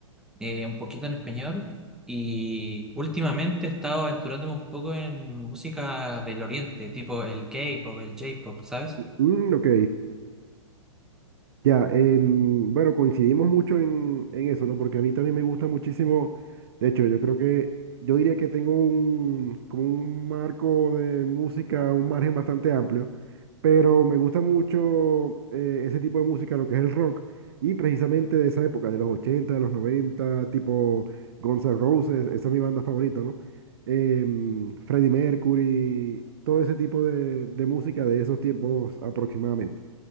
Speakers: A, in the centre; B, on the right.
A: eh, un poquito en español y últimamente he estado aventurándome un poco en música del oriente, tipo el K-pop, el J-pop, ¿sabes?
B: Mm, ok, Ya, em, bueno, coincidimos mucho en, en eso, ¿no? Porque a mí también me gusta muchísimo, de hecho, yo creo que, yo diría que tengo un, como un marco de música, un margen bastante amplio, pero me gusta mucho eh, ese tipo de música, lo que es el rock, y precisamente de esa época, de los 80 de los 90 tipo Guns N' Roses, esa es mi banda favorita, ¿no? Em, Freddie Mercury, todo ese tipo de, de música de esos tiempos aproximadamente.